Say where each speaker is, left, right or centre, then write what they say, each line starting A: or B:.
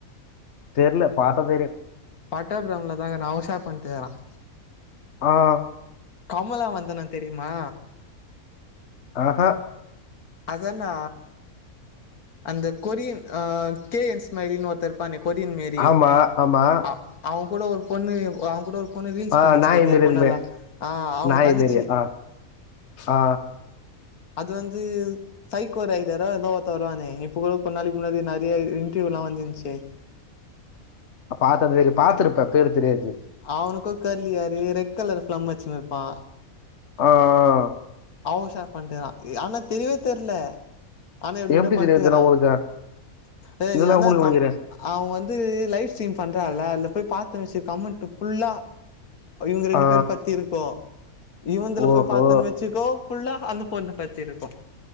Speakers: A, on the left; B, on the left.
A: தெரில பாத்தா தெரியு
B: பட்டாபுரம்ல தாங்க நான் அவசா பண்ணிட்டு இருக்கான்
A: ஆஹ்
B: கமலா வந்தனா தெரியுமா
A: அஹ
B: அதானே அந்த கொரியன் கே என் ஸ்மைலின்னு ஒருத்தன் இருப்பானே கொரியன் மேறி
A: ஆமா ஆமா
B: அ அவ கூட ஒரு பொண்ணு அ அவங் கூட ஒரு பொண்ணு ரீல்ஸ்
A: ஆ
B: பண்ணிச்சு
A: நாய்
B: பார்த்தியா
A: மாரி
B: கொஞ்ச
A: இருக்குமே
B: நாள்ளா ஆஹ் அவங்க
A: நாய்
B: தங்கச்சி
A: மாரி ஆ ஆ
B: அது வந்து சைக்கோ ரைடரோ ஏதோ ஒருத்தன் வருவானே இப்ப கூட கொஞ்ச நாளைக்கு முன்னாடி நெறைய இன்டர்வ்யூ எல்லாம் வந்துருந்துச்சே
A: பாத்ததுவே பாத்துருப்பே பேரு தெரியாது
B: அவனுக்குந் தெரீலயே <unintelligible> <unintelligible> கலர் ஃப்ளம் வச்சினுருப்பா
A: ஆஹ் அஹ்
B: அவன் உஷார் பண்ணிட்டுருக்கான் ஆனா தெரியவே தெரியல ஆனா எப்பிடினா
A: எப்டி
B: பண்ணிட்டுருக்கறான்
A: தெரியு இதெல்லா உங்களுக்கு
B: இது
A: இதெல்லா
B: வந்து
A: உங்களுக்கு எப்டி
B: கம்
A: தெரியு
B: அவங்க வந்து லைவ் ஸ்ட்ரீம் பண்றான் இல்ல போய் பார்த்தே மச்சு கமெண்ட்டு ஃபுல்லா இவுங்க ரெண்டு
A: ஆ
B: பேர் பத்தி இருக்கு இவன்துல
A: ஓஹோ
B: போயி பாத்தேன்னுவச்சு ஸோ ஃபுல்லா அந்தப் பொண்ணு பத்தி இருக்கும்